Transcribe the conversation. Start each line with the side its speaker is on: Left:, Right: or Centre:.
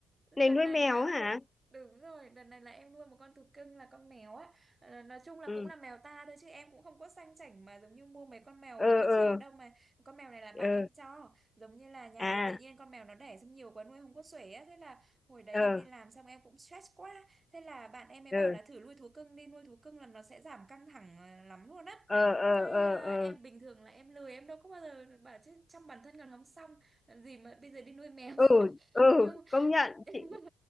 Right: đợt
Left: Này nuôi
Right: này
Left: mèo
Right: à,
Left: á hả?
Right: Đúng rồi, đợt này là em nuôi một con thú cưng là con mèo á. Ờ, nói chung là
Left: Ừ,
Right: cũng là mèo ta thôi chứ em cũng không có sang chảnh mà giống như mua mấy con mèo
Left: ờ,
Right: mấy
Left: ờ,
Right: triệu đâu mà con mèo này là bạn
Left: ờ,
Right: em cho. Giống như là nhà
Left: à,
Right: tự nhiên con mèo nó đẻ xong nhiều quá nuôi không có xuể á. Thế là hồi đấy
Left: ờ,
Right: em đi làm xong em cũng stress quá. Thế là bạn em mới
Left: ờ,
Right: bảo là thử nuôi thú cưng đi, nuôi thú cưng là nó sẽ giảm căng thẳng ờ, lắm luôn á.
Left: ờ, ờ,
Right: Cái
Left: ờ,
Right: ờ,
Left: ờ.
Right: em bình thường là em lười em đâu có bao giờ bảo chứ chăm bản thân còn không xong làm gì mà bây giờ đi nuôi mèo
Left: Ừ,
Right: <laughs>
Left: ừ,
Right: nhưng
Left: công nhận.
Right: <laughs>
Left: Chị...